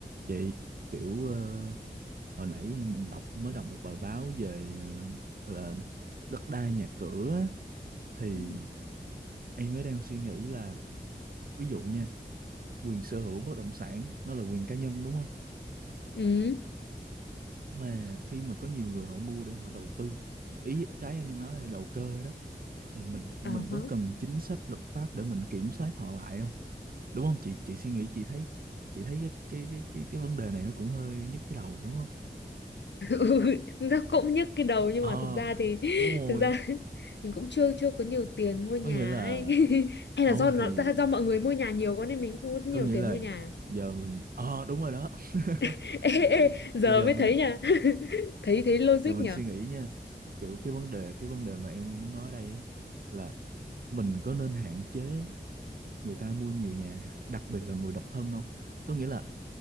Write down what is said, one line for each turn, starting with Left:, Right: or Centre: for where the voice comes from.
Right: Chị kiểu ờ, hồi nãy em đọc mới đọc một bài báo về ờ, gọi là đất đai nhà cửa á, thì
Left: Ừ.
Right: em mới đang suy nghĩ là ví dụ nha quyền sở hữu bất động sản nó là quyền cá nhân đúng không
Left: Ừ.
Right: mà khi mà có nhiều người họ mua để họ đầu tư ý cái em đang nói là đầu cơ đó thì mình mình
Left: À, hả.
Right: có
Left: <laughs>
Right: cần chính sách luật pháp để mình kiểm soát họ lại không đúng không chị chị suy nghĩ chị thấy chị thấy cái cái cái cái, cái vấn đề này nó cũng hơi nhức cái đầu đúng không
Left: Ừ, nó cũng nhức cái đầu nhưng
Right: ờ
Left: mà thực ra thì
Right: đúng
Left: <laughs>
Right: rồi
Left: thực ra <laughs> mình cũng chưa chưa có nhiều tiền mua nhà
Right: có nghĩa là
Left: ấy. <laughs> Hay
Right: không
Left: là do nó
Right: thì
Left: do mọi người mua nhà nhiều quá nên mình không có nhiều
Right: có nghĩa
Left: tiền
Right: là
Left: mua nhà.
Right: giờ mình ờ đúng rồi đó <laughs>
Left: <laughs> Ê,
Right: kiểu
Left: ê, giờ
Right: bây giờ
Left: mới
Right: mình
Left: thấy nha. <laughs> Thấy thấy logic
Right: giờ mình
Left: nhở.
Right: suy nghĩ nha kiểu cái vấn đề cái vấn đề mà em muốn nói ở đây á là mình có nên hạn chế người ta mua nhiều nhà đặc biệt là người độc thân không có nghĩa là